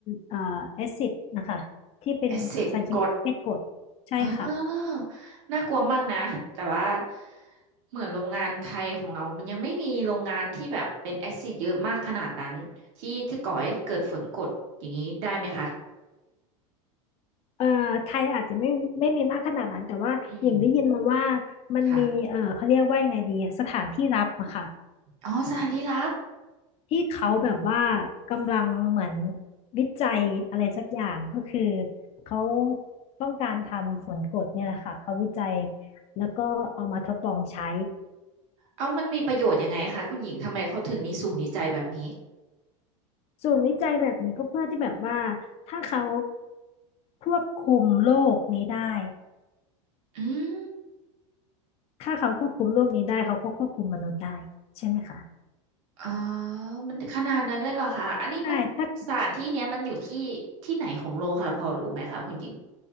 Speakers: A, on the left; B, on the right.
A: เอ่อแอซิดนะคะที่เป็นสารเคมีประเภทกรดใช่ค่ะ
B: แอซิดกรดอ๋อน่ากลัวมากนะ แต่ว่าเหมือนโรงงานไทยของเรา มันยังไม่มีโรงงานที่แบบเป็นแอซิดเยอะมากขนาดนั้นที่จะก่อให้เกิดฝนกรดอย่างนี้ได้ไหมคะ
A: เอ่อไทยอาจจะไม่ไม่มีมากขนาดนั้นแต่ว่าหญิงได้ยินมาว่า
B: อืม
A: มันมีเอ่อเขาเรียกว่ายังไงดีสถานที่รับอะค่ะ
B: ค่ะอ๋อสารดีลับ
A: ที่เขาแบบว่า
B: อ๋อ
A: กำลังเหมือนวิจัยอะไรสักอย่างก็คือเขาต้องการทำฝนกรดเนี่ยแหละค่ะเขาวิจัยแล้วก็เอามาทดลองใช้
B: เอามันมีประโยชน์ยังไงคะคุณหญิงทำไมเขาถึงมีศูนย์วิจัยแบบนี้
A: ศูนย์วิจัยแบบนี้ก็เพื่อที่แบบว่าถ้าเขาควบคุมโลกนี้ได้
B: อืม
A: ถ้าเขาควบคุมโลกนี้ได้เขาก็ควบคุมมนุษย์ได้ใช่ไหมคะ
B: อ๋อมันขนาดนั้นเลยเหรอคะอันนี้มันสถานที่เนี้ยมันอยู่ที่ที่ไหนของโลกค่ะพอรู้ไหมคะคุณหญิง
A: ใช่ถ้า